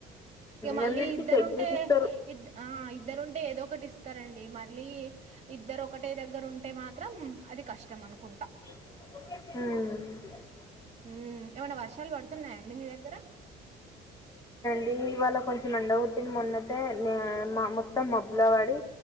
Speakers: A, on the right; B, on the left.
A: ఇగా మళ్ళీ
B: రెండింటికి
A: ఇద్దరుంటే,
B: చెక్ చేసిస్తారు
A: ఇద్ ఆ ఇద్దరుంటే ఏదో ఒకటి ఇస్త్ తరండి. మళ్ళీ ఇద్దరు ఒకటే దగ్గర ఉంటే మాత్రం, అది కష్టం అనుకుంటా.
B: ఉమ్మ్.
A: ఉమ్, ఏమన్న వర్షాలు పడ్తున్నాయాండి మీ దగ్గర?
B: ఏ ఇవాళ్ళ కొంచెం ఎండగోట్టింది. మొన్నతే మ్యా మా మొత్తం మబ్బుల వడి,